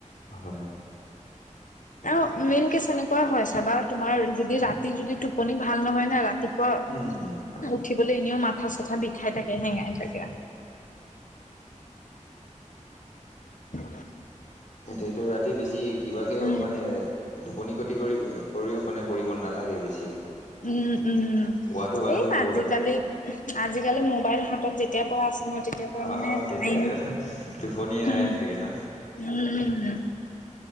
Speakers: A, on the left; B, on the left.
A: হয়।
B: আৰু মেইন কেচ এনেকুৱা হয় চাবা, তোমাৰ যদি ৰাতি যদি টোপনি ভাল নহয় না ৰাতি ক
A: উম উম হয়
B: উঠিবলৈ এনেও মাত মাথা চাথা বিষাই থাকে হেঙাই থাকে। <inaudible>
A: এইটো, এইটো ৰাতি বেছি কিবাকেও
B: উম,
A: মানে টোপনি ক্ষতি কৰি, কৰিও মানে পঢ়িব নালাগে বেছি।
B: উম, উম।
A: শুৱাটো
B: সেই
A: ভালকে শুব
B: আজিকালি,
A: লাগে
B: আজিকালি ম ম'বাইল হাতত যেতিয়া শুৱা আছো তেতিয়া পা
A: অ
B: মানে টাইম,
A: তেতিয়াতো টোপনিয়ে
B: হম,
A: নাই চাগে ন
B: হ, উম।